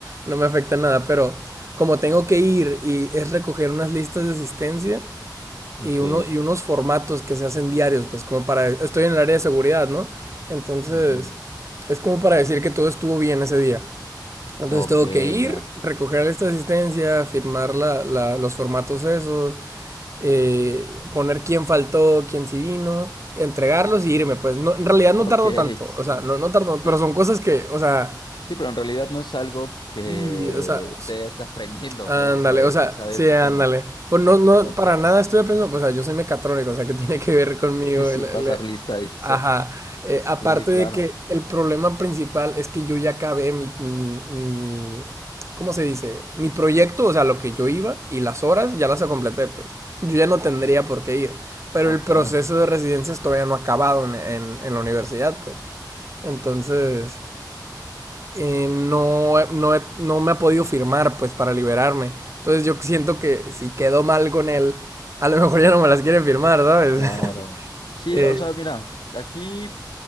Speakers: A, on the right (about 40°); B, on the left (about 80°).
A: no me afecta nada, pero como tengo que ir y es recoger unas listas de asistencia
B: ok.
A: y, uno, y unos formatos que se hacen diarios, pues como para... Estoy en el área de seguridad, ¿no? Entonces,
B: ujú,
A: es como para decir que todo estuvo bien ese día. Entonces
B: Ok,
A: tengo que ir,
B: ya.
A: recoger esta asistencia, firmar la- la- los formatos esos, eh, poner quién faltó, quién sí vino, entregarlos y irme, pues no, en realidad no
B: Ok,
A: tardo tanto,
B: sí.
A: o sea, no, no tardo,
B: Sí,
A: pero son cosas que, o sea,
B: Sí, pero en realidad no es algo que
A: sí, o sea,
B: estés
A: s-
B: aprendiendo,
A: ándale,
B: ¿sabes? O sea, de
A: o sea,
B: que sea de
A: sí,
B: tu
A: ándale.
B: tema.
A: Pues no, no,
B: Ok.
A: para nada estoy aprendiendo, pues, o sea, yo soy mecatrónico, o sea, que tiene que ver conmigo
B: Sí, sí,
A: el-
B: pasar
A: el-
B: lista y eso.
A: Ajá. Eh, aparte
B: Sí, claro.
A: de que el problema principal es que yo ya acabé mi, mi, mi, ¿cómo se dice? Mi proyecto, o sea, lo que yo iba y las horas ya las completé, pues. Yo ya no tendría por qué ir. Pero
B: Ah,
A: el
B: claro.
A: proceso de residencias todavía no ha acabado en, en- en la universidad, pues. Entonces, eh, no, he- no, he- no me ha podido firmar, pues, para liberarme. Entonces, yo siento que si quedo mal con él, a lo mejor ya no me las quiere firmar, ¿sabes?
B: Claro.
A: <laughs>
B: Sí,
A: Eh,
B: o sea, mira, aquí,